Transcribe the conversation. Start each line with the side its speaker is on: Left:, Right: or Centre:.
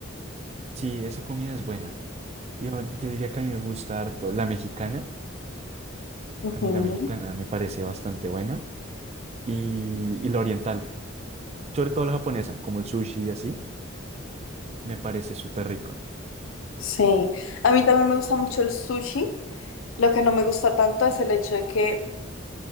Right: sí, esa comida es buena. Yo, yo diría que a mí me gusta harto la mexicana,
Left: Ujú,
Right: a mí la mexicana me parece bastante buena, y, y la oriental, sobre todo la japonesa, como el sushi y así, me parece súper rico.
Left: Sí, a mí también me gusta mucho el sushi. Lo que no me gusta tanto es el hecho de que